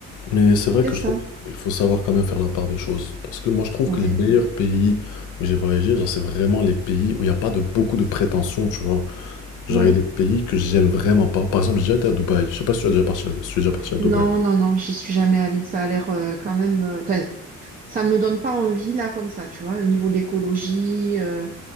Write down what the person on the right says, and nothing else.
c'est
ça,
ouais,
ouais.
Non, non, non, j'y suis jamais allée. Ça a l'air euh, quand même. euh, Enfin, ça me donne pas envie là comme ça, tu vois. Au niveau de l'écologie, euh,